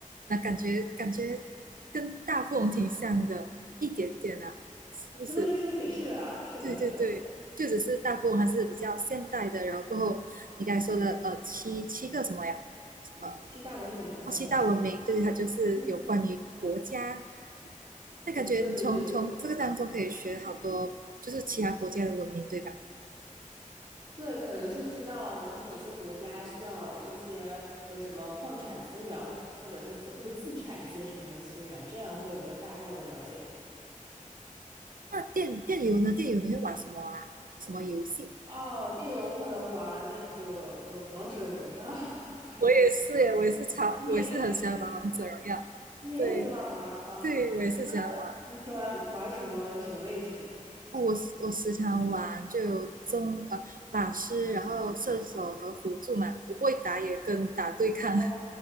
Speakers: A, on the right; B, on the right.
A: 那感觉感觉跟大富翁挺像的，一点点啊，是不是？
B: 你这么一说也是啊，是的，
A: 对对对，
B: 是的，
A: 就只是大富翁还是比较现代的，然后过后你刚才说的呃七七个什么呀？呃，
B: 七大文明好像是，
A: 哦七大文明，对，它就是有关于国家，
B: 嗯，
A: 那感觉从从这个当中可以学好多，
B: 对对对对。的。
A: 就是其他国家的文明，对吧？
B: 对，可能是知道就是哪些国家需要一些呃什么矿产资源，或或者它自会自产一些什么样的资源，这样会有个大概的了解。
A: 那电电游呢？电游你会玩什么啊？什么游戏？
B: 哦，电游可能玩儿那个呃《王者荣耀》，<laughs> 不知道你
A: 我也是耶，我也是超，
B: 啊，你也是吗？
A: 我也是很喜欢玩王者荣耀。
B: 你也喜欢玩儿吗？
A: 对，对，我也是喜欢玩。
B: 那你喜欢玩儿什么什么位置？
A: 哦，我时我时常玩，就有中，呃法师，然后射手和辅助嘛。我不会打野跟打对抗，
B: 哦